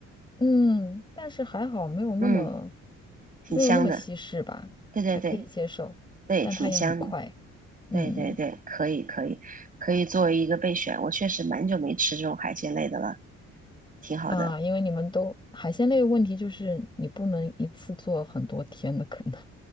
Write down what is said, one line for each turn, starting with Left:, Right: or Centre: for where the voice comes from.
Left: 嗯，但是还好没有那么
Right: 嗯，挺香的。
Left: 没有那么西式吧，
Right: 对对对
Left: 还可以接受，
Right: 对，
Left: 但它也很快。
Right: 挺香的。
Left: 嗯。
Right: 对对对，可以可以可以作为一个备选。我确实蛮久没吃这种海鲜类的了，挺好的。
Left: 啊，因为你们都海鲜类的问题就是你不能一次做很多天的，可能 <laughs>